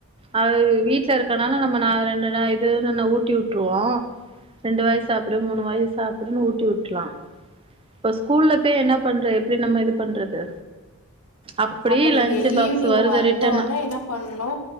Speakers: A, on the right; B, on the left.
A: அவரு வீட்ல இருக்கனால நம்ம நா ரெண்டு நா <unintelligible> ஊட்டி விட்டுருவோ ரெண்டு வாய் சாப்டு மூணு வாய் சாப்டுன்னு ஊ விட்லாம் இப்ப ஸ்கூல்ல இப்ப என்ன பண்றே இப்டி நம்ம இது பண்றது அப்டி
B: அப்ப நீங்க
A: லன்ச் பாக்ஸ்
B: ஈவினிங்
A: வருது
B: வந்தோனே
A: ரிட்டன்னு
B: என்ன பண்ணனு